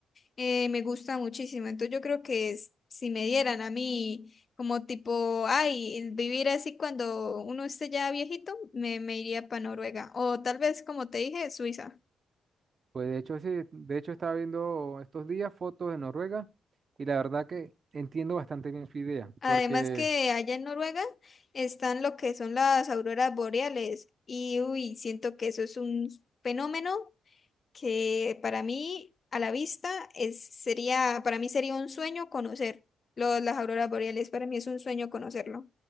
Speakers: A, on the left; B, on the right.
A: eh, me gusta muchísimo. Entonces yo creo que s- si me dieran a mí como tipo, ay, vivir así cuando uno esté ya viejito, me, me iría para Noruega. O tal vez, como te dije, Suiza.
B: Pues de hecho, sí, de hecho estaba viendo estos días fotos de Noruega y la verdad que entiendo bastante bien su idea,
A: Además
B: porque
A: que allá en Noruega están lo que son las auroras boreales y uy, siento que eso es un fenómeno que para mí a la vista es, sería, para mí sería un sueño conocer lo- las auroras boreales, para mí es un sueño conocerlo.